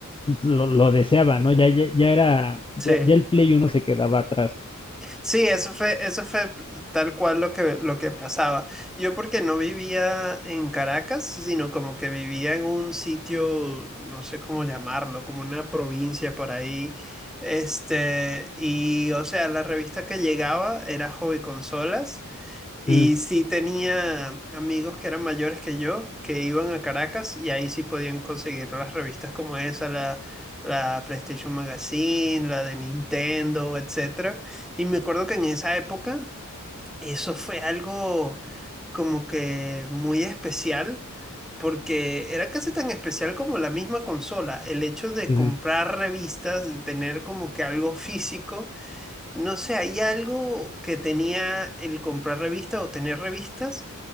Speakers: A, on the left (about 15°); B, in the centre.
A: pues, lo, lo deseaba, ¿no? Ya, ya, ya era, ya,
B: sí.
A: ya el Play uno se quedaba atrás.
B: Sí, eso fue, eso fue tal cual lo que, lo que pasaba. Yo porque no vivía en Caracas, sino como que vivía en un sitio, no sé cómo llamarlo, como una provincia por ahí. Este, y o sea, la revista que llegaba era Hobby Consolas. Y
A: Mm,
B: sí tenía amigos que eran mayores que yo, que iban a Caracas y ahí sí podían conseguir las revistas como esa, la, la PlayStation Magazine, la de Nintendo, etcétera. Y me acuerdo que en esa época eso fue algo como que muy especial, porque era casi tan especial como la misma consola, el hecho de
A: ujú.
B: comprar revistas, de tener como que algo físico no sé, hay algo que tenía el comprar revistas o tener revistas